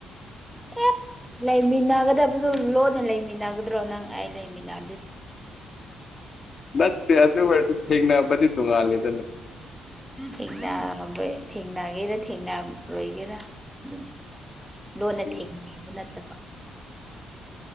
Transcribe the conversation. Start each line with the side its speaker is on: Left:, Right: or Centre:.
Centre: ꯑꯦ ꯂꯩꯃꯤꯟꯅꯒꯗꯕꯗꯣ ꯂꯣꯟꯅ ꯂꯩꯃꯤꯟꯅꯒꯗ꯭ꯔꯣ ꯅꯪ ꯑꯩ ꯂꯩꯃꯤꯟꯅ
Left: ꯅꯠꯇꯦ ꯑꯗꯨ ꯑꯣꯏꯔꯁꯨ ꯊꯦꯡꯅꯕꯗꯤ ꯇꯣꯡꯉꯥꯂꯤꯗꯅ
Centre: ꯊꯦꯡꯅꯕ ꯊꯦꯡꯅꯒꯦꯔꯥ ꯊꯦꯡꯅꯔꯣꯏꯒꯦꯔꯥ ꯗꯨꯝ ꯂꯣꯟꯅ
Left: ꯍꯥꯏꯗꯤ
Centre: ꯊꯦꯡꯅꯕ ꯅꯠꯇꯕ